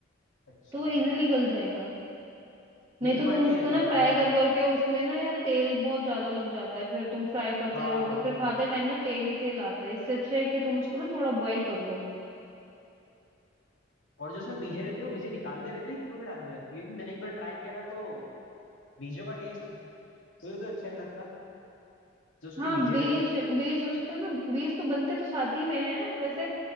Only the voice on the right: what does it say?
तो वो इजीली गल जाएगा नहीं
तो
तुम उसको
ना
फ्राई
कर करके उसमें ना यार तेल बहुत ज्यादा लग जाता है फिर तुम फ्राई करते
रहोगे
फिर
खाते टाइम ना तेल ही तेल आता है इससे अच्छा है कि तुम उसको ना थोड़ा बॉईल कर लो
हाँ
बीज
बीज उसका ना बीज तो बनते तो साथ ही में है वैसे